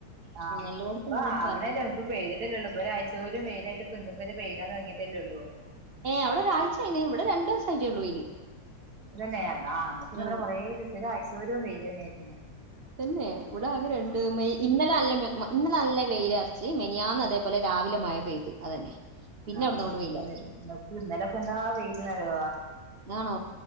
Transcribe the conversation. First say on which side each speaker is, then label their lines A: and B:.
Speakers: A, on the right; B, on the right.
A: ആഹ്
B: എല്ലായിടത്തും
A: പ്പൊ
B: ഇങ്ങനെ തന്നെ
A: ആവ്ണല്ലോ
B: പറഞ്ഞു
A: ഇപ്പൊ പെയ്തിട്ടല്ലേള്ളൂ. ഇപ്പൊ ഒരാഴ്ച പോരും വെയിലായിട്ട് ഇന്ന്പ്പൊരു പെയ്യാൻ തൊട്ങ്ങീ ട്ടല്ലേള്ളൂ.
B: ഏ അവ്ടെ ഒരാഴ്ച്ചായിണ്. ഇവിടെ രണ്ടൂസം ആയ്ട്ടേള്ളൂ വെയില്.
A: തന്നെ ആ മ്മക്ക്
B: ഉം,
A: ന്നാ കൊറേ ദിവസം ഒരു ആയ്ച്ചോരും വെയിലെന്നെയായ്ര്ന്ന്.
B: തന്നെ ഇവ്ടെ ആകെ രണ്ട് മെയ് ഇന്നലെ നല്ല ഇന്നലെ നല്ല വെയില ച്ച് മെനിയാന്ന് അതേപോലെ രാവിലെ മഴ പെയ്ത് അതന്നെ. പിന്നെ
A: ആഹ്
B: അവിടെ നിന്ന് വെയിലറച്ച്
A: ഇന്ന് നക്ക് ഇന്നലൊക്കെ എന്താ വെയില് ന്നറിയോ.
B: ആണോ